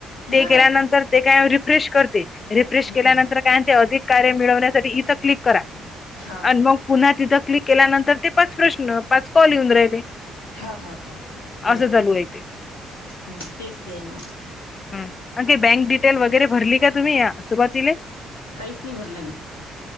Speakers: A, on the left; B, on the left.
A: ते
B: हा
A: केल्यानंतर ते काय रिफ्रेश करते रिफ्रेश
B: हम्म
A: केल्यानंतर अधिक कार्य मिळण्यासाठी इथ क्लिक करा
B: हा
A: आणि मग पुन्हा तिथं क्लिक केल्यानंतर ते पाच प्रश्न, पाच कॉल येऊन राहिले.
B: ह ह ह ह बरोबर
A: असं चालू
B: आहे
A: ते
B: तेच ते आहे मग.
A: हं. आणखी बँक डिटेल वगैरे भरली का तुम्ही या सुरुवातीले?
B: काहीच नाही भरलं मी.